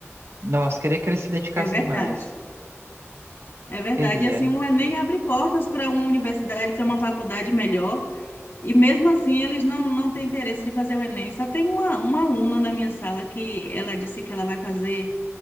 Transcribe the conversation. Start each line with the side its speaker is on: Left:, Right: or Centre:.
Right: Nossa, queria que eles se dedicassem
Left: é verdade.
Right: mais.
Left: É verdade,
Right: Queria.
Left: e assim, o Enem abre portas para uma universidade, para uma faculdade melhor, e mesmo assim eles não, não têm interesse de fazer o Enem. Só tem uma, uma aluna na minha sala que ela disse que ela vai fazer